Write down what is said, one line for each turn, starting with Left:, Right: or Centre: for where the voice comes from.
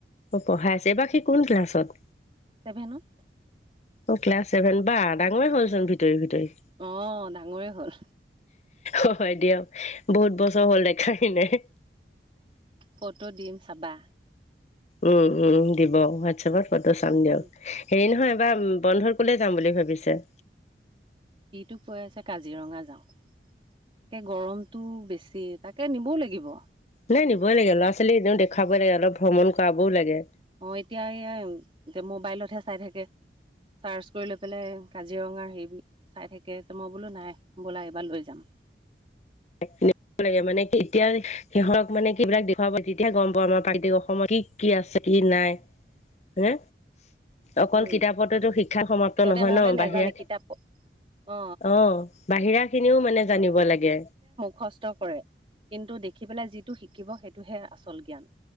Left: অ' পঢ়াই আছে, এইবাৰ সি কোন ক্লাছত?
Right: ছেভেনত
Left: অ' ক্লাছ ছেভেন বা! ডাঙৰে হ'লচোন ভিতৰি ভিত তৰি,
Right: অ ডাঙৰে হ'ল
Left: হয় দিয়ক বহুত বস ছৰ হল দেখাই নাই।
Right: ফটো দিম চাবা।
Left: উম উম দিব হোৱাটছএপত ফটো চাম দিয়ক।
Right: উম,
Left: হেৰি নহয়, বন্ধত ক'লে যাম বুলি ভাবিছে?
Right: সিটো কৈ আছে কাজিৰঙা যাওঁ। তাকে গৰমটো বেছি, তাকে নিবও লাগিব।
Left: নাই নিবই লাগে, ল'ৰা-ছোৱালী এনেও দেখুৱাবই লাগে অলপ ভ্ৰমণ কৰাবও লাগে।
Right: অ', এতিয়া এইয়া মোবাইলতহে চাই থাকে। চাৰ্চ কৰি লৈ পেলাই কাজিৰঙা হেৰি চাই থাকে, মই বোলো নাই ব'লা এইবাৰ লৈ যাম।
Left: <inaudible> লাগে মানে এতিয়া সিহঁক মানে কিবিলাক দেখুৱাবা তেতিয়া গম পাওঁ আমাৰ প্ৰাকৃতক অসমত কি কি আছে? কি নাই? হে। অকল
Right: উম
Left: কিতাপতেতো শিক্ষাত সমাপ্ত
Right: সিহঁতে
Left: নহয়
Right: নহ'লে
Left: ন?
Right: নেজানে
Left: বাহিৰা
Right: কিতাপ অ
Left: অ', বাহিৰা খিনিও মানে জানিব লাগে।
Right: কষ্ট কৰে কিন্তু দেখি পেলাই যিটো শিকিব সেইটোহে আচল জ্ঞান।